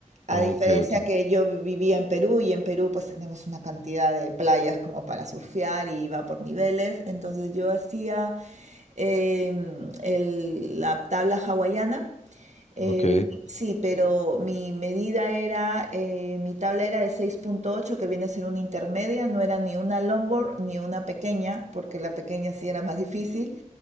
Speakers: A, on the right; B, on the left.
A: A
B: Ok,
A: diferencia
B: ok,
A: que yo vivía en Perú y en Perú pues tenemos una cantidad de playas como para surfear y va por niveles. Entonces yo hacía em, el- la tabla hawaiana. Eh,
B: ok,
A: sí, pero mi medida era, eh, mi tabla era de seis punto ocho, que viene a ser una intermedia, no era ni una longboard ni una pequeña, porque la pequeña sí era más difícil